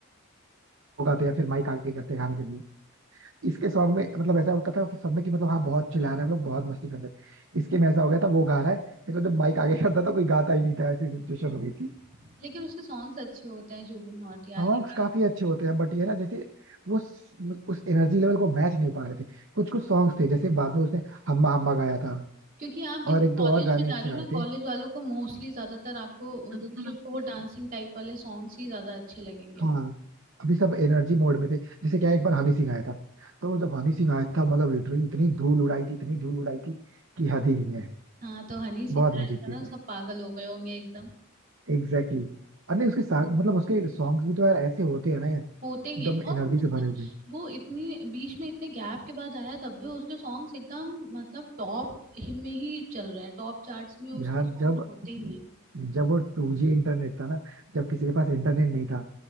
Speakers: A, on the right (about 60°); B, on the right (about 40°).
A: वो गाते हैं फिर माइक आगे करते हैं गाने के लिए इसके सॉन्ग में मतलब ऐसा होता था कि सब में कि मतलब हाँ बहुत चिल्ला रहे हैं हम लोग बहुत मस्ती कर रहे हैं इसके में ऐसा हो गया था वो गा रहा है ये तो जब माइक आगे करता था कोई गाता ही नहीं था ऐसी सिचुएशन हो गई थी
B: <laughs> लेकिन उसके सॉन्ग्स अच्छे होते हैं जुबिन नौटियाल
A: सॉन्ग्स
B: के काफी।
A: काफी अच्छे होते हैं बट ये ना जैसे वो उस उस एनर्जी लेवल को मैच नहीं हो पा रहे थे कुछ कुछ सॉन्ग्स थे जैसे बाद में उसने हम्मा हम्मा गाया था
B: क्योंकि आप देखो
A: और एक दो
B: कॉलेज
A: और गाने
B: में जा
A: अच्छे
B: रहे
A: गाए
B: हो ना कॉलेज
A: थे
B: वालों को मोस्टली ज्यादातर आपको
A: ज्यादातर
B: क्योंकि उनको
A: आपको
B: वो डांसिंग टाइप वाले सॉन्ग्स ही ज्यादा अच्छे लगेंगे
A: हाँ अभी सब एनर्जी मोड में थे जैसे क्या है, एक बार हनी सिंह आया था तो जब हनी सिंह आया था मतलब लिटरली इतनी धूल उड़ाई थी इतनी धूल उड़ाई थी कि हद ही नहीं है
B: हाँ तो हनी सिंह
A: बहुत
B: आया
A: मजे किए
B: था ना सब पागल हो गए होंगे एकदम
A: Exactly exactly. अरे उसके साथ मतलब उसके सॉन्ग्स भी तो यार ऐसे होते हैं ना यार,
B: होते ही
A: एकदम
B: हैं और
A: एनर्जी
B: मतलब
A: से भरे हुए
B: वो इतने बीच में इतने गैप के बाद आया तब भी उसके सॉन्ग्स एकदम मतलब टॉप में ही चल रहे हैं टॉप चार्ट्स में उसके
A: यार
B: सॉन्ग्स
A: जब
B: होते ही हैं
A: जब वो टू जी इंटरनेट था ना जब किसी के पास इंटरनेट नहीं था